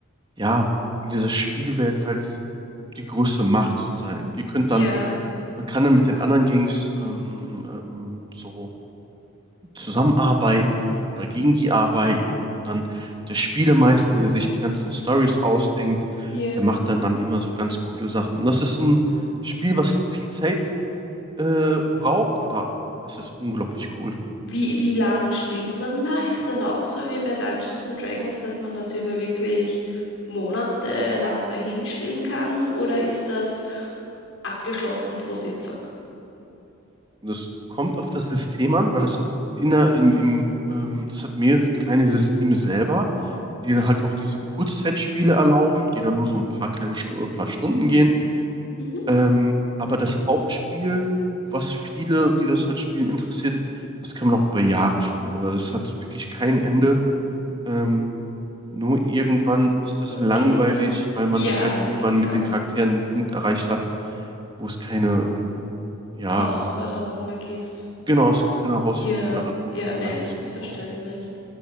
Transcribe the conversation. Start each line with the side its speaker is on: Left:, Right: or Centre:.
Right: ja, in dieser Spielwelt halt die größte Macht zu sein. Ihr könnt
Left: Ja.
Right: dann, man kann dann mit den anderen Gangs ähm, ähm, so zusammenarbeiten oder gegen die arbeiten. Und dann der Spielemeister, der sich die ganzen Stories ausdenkt,
Left: Ja.
Right: der macht dann dann immer so ganz coole Sachen. Und das ist ein Spiel, was viel Zeit äh, braucht, aber das ist unglaublich cool.
Left: Wie, wie lang spielt man da? Ist das auch so wie bei Dungeons and Dragons, dass man das über wirklich monatelang dahin spielen kann? Oder ist das abgeschlossen pro Sitzung?
Right: Und das kommt auf das System an, weil das hat inner im, im ähm, das hat mehrere kleine Systeme selber, die dann
Left: Mhm,
Right: halt auch diese Kurzzeitspiele erlauben, die dann nur so ein paar kleine Stu- paar Stunden gehen.
Left: mhm,
Right: Ähm, aber das Hauptspiel, was viele, die das halt spielen, interessiert, das kann man auch über Jahre spielen. Oder das hat wirklich kein Ende. Ähm, nur irgendwann ist das
Left: okay.
Right: langweilig, weil man
Left: Ja,
Right: dann halt
Left: ist
Right: irgendwann
Left: eh klar.
Right: mit den Charakteren einen Punkt erreicht hat, wo es keine, ja,
Left: Herausforderungen mehr gibt.
Right: genau, es gibt keine Herausforderung
Left: Ja,
Right: mehr. Dann
Left: ja, nein,
Right: hört das
Left: das ist verständlich.
Right: auf. <laughs>